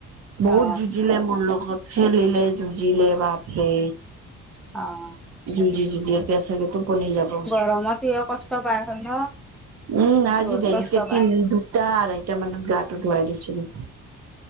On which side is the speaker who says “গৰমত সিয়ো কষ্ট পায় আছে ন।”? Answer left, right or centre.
Centre